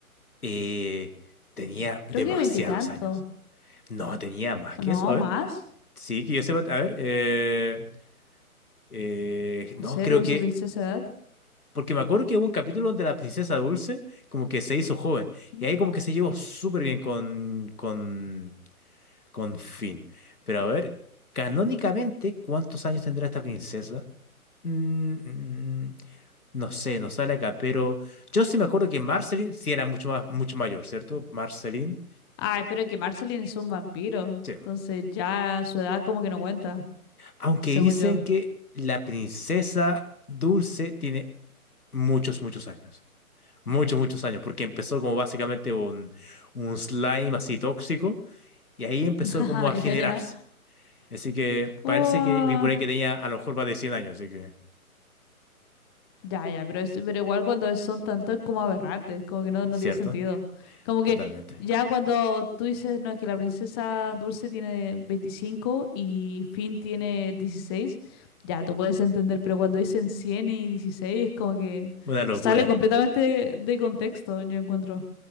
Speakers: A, on the left; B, on the left.
A: Eh, tenía
B: Creo
A: demasiados
B: que veintitantos,
A: años. No, tenía más
B: o
A: que
B: no,
A: eso. A
B: más.
A: ver. Sí, que yo sepa. A ver. eh, eh,
B: No
A: no,
B: sé,
A: creo
B: Dulce
A: que.
B: Princesa edad.
A: Porque me acuerdo que hubo un capítulo donde la princesa Dulce como que se hizo joven.
B: Mm.
A: Y ahí como que se llevó súper bien con, con, con Finn. Pero a ver, canónicamente, ¿cuántos años tendrá esta princesa? Mm, mm, no sé, no sale acá, pero yo sí me acuerdo que Marceline sí era mucho más, mucho mayor, ¿cierto? Marceline.
B: Ay, pero que Marceline es un vampiro,
A: Sí.
B: entonces ya su edad como que no cuenta,
A: Aunque
B: según
A: dicen
B: yo.
A: que la princesa Dulce tiene muchos, muchos años. Muchos, muchos años, porque empezó como básicamente un, un slime así tóxico y ahí empezó
B: <laughs>
A: como a generarse.
B: Ya, ya.
A: Así que parece
B: Oh.
A: que vi por ahí que tenía a lo mejor más de 100 años, así que,
B: Ya, ya, pero, es, pero igual cuando es- son tantos es como aberrantes, como que no, no
A: ¿cierto?
B: tiene sentido. Como
A: Totalmente.
B: que ya cuando tú dices, no, que la princesa Dulce tiene 25 y Finn tiene 16, ya, tú puedes entender, pero cuando dicen 100 y 16, es como que
A: Una locura.
B: sale completamente de, de contexto, yo encuentro.